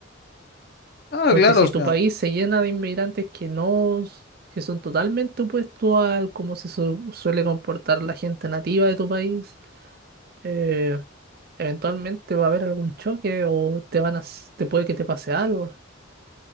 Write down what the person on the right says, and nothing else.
Porque
si
tu país se llena de inmigrantes que no, que son totalmente opuestos al cómo se su- suele comportar la gente nativa de tu país, eh, eventualmente va a haber algún choque o te van a, s- te puede que te pase algo.